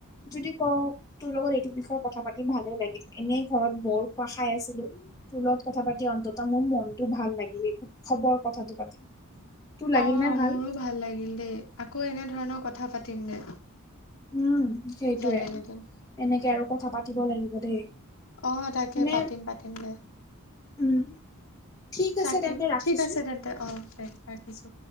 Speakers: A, on the left (about 15°); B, on the left (about 65°).
A: যদি কও তোৰ লগত এইটো বিষয়ে কথা পাতি ভালেই লাগিল, এনেই ঘৰত বৰসোপা খাই আছিলো। তোলত কথা পাতি অন্তত মোৰ মনটো ভাল লাগিলে উৎসৱৰ কথাটো পাতি। তোৰ লাগিল
B: অ
A: নাই ভাল?
B: মোৰো ভাল লাগিল দেই আকৌ এনে ধৰণৰ কথা পা তিলে
A: উম সেইটোয়ে
B: বেলেগ এদিন
A: এনেকে আৰু কথা পাতিব লাগিব দেই।
B: অ তাকে
A: মানে
B: পাতিম পাতিম দে।
A: উম। ঠিক আছে
B: তাকে
A: তেন্তে ৰাখিছো
B: ঠিক আছে তেন্তে অ দে ৰাখিছো।